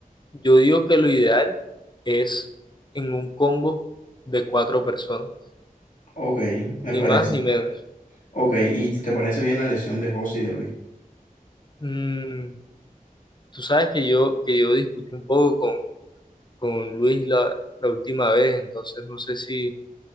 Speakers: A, on the left; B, on the left.
A: yo digo que lo ideal es en un combo de cuatro personas,
B: Ok, me
A: ni
B: parece.
A: más ni menos.
B: Ok, ¿y te parece bien la elección de José y de Luis?
A: Mm, tú sabes que yo, que yo discutí un poco con, con Luis la, la última vez, entonces no sé si,